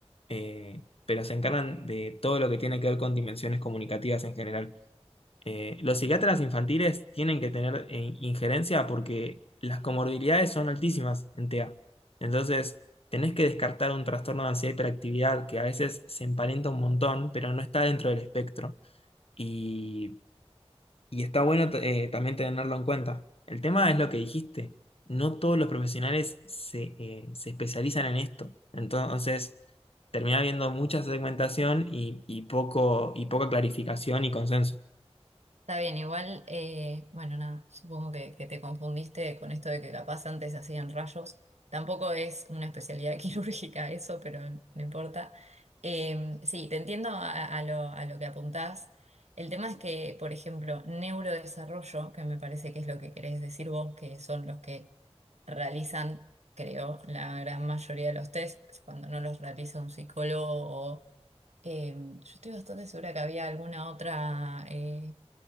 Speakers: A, on the left; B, on the right.
A: eh, pero se encargan de todo lo que tiene que ver con dimensiones comunicativas en general. Eh, los psiquiatras infantiles tienen que tener eh, injerencia porque las comorbilidades son altísimas en TEA. Entonces, tenés que descartar un trastorno de ansiedad y hiperactividad que a veces se emparenta un montón, pero no está dentro del espectro. Y, y está bueno eh, también tenerlo en cuenta. El tema es lo que dijiste. No todos los profesionales se, eh, se especializan en esto. Entonces, termina habiendo mucha segmentación y, y poco, y poca clarificación y consenso.
B: Está bien, igual, eh, bueno, nada, supongo que, que te confundiste con esto de que capaz antes hacían rayos. Tampoco es una especialidad <laughs> quirúrgica eso, pero no importa. Eh, sí, te entiendo a, a lo, a lo que apuntás. El tema es que, por ejemplo, neurodesarrollo, que me parece que es lo que querés decir vos, que son los que realizan, creo, la gran mayoría de los tests, cuando no los realiza un psicólogo o... eh, yo estoy bastante segura que había alguna otra... eh,